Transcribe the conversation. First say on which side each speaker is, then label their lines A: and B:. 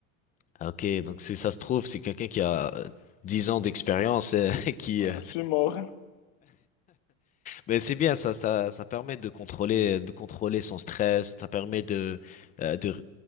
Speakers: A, on the left; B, on the left.
A: Ah, ok, donc si ça se trouve, c'est quelqu'un qui a euh, 10 ans d'expérience, euh, <laughs> qui,
B: Ben,
A: euh,
B: je suis mort.
A: Mais c'est bien, ça, ça, ça permet de contrôler, de contrôler son stress, ça permet de, euh, de,